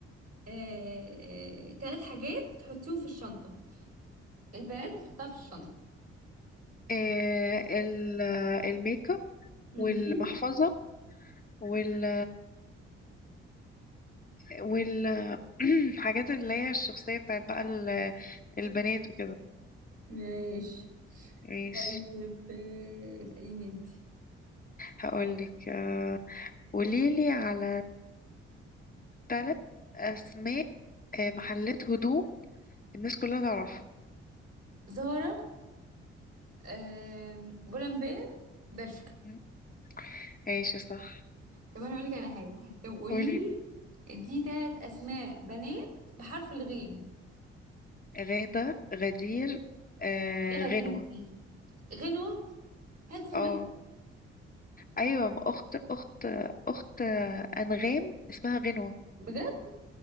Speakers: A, on the right (about 50°); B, on the left (about 25°).
A: آه، آه، تلات حاجات بتحطيهم في الشنطة البنات بتحطها في الشنطة
B: آه ال- الميك اب
A: ماشي
B: والمحفظة وال وال <clears throat> حاجات اللي هي الشخصية بتاعت بقى ال- البنات وكده
A: ماشي
B: ماشي
A: طيب آه، اسأليني انت
B: هقولك آه، قوليلي على ثلاث أسماء آه، محلات هدوم الناس كلها تعرفها
A: زهرة آه، بولمبير برشكا
B: م? ماشي صح
A: طب انا اقولك على حاجة طب قوليلي
B: قولي
A: دي تلات اسماء بنات بحرف الغين
B: غادة غدير آه،
A: الغدير
B: غنوة
A: دي غنوة حد اسمه
B: اه
A: غنوة
B: ايوه ما اخت اخت اخت انغام اسمها غنوة
A: بجد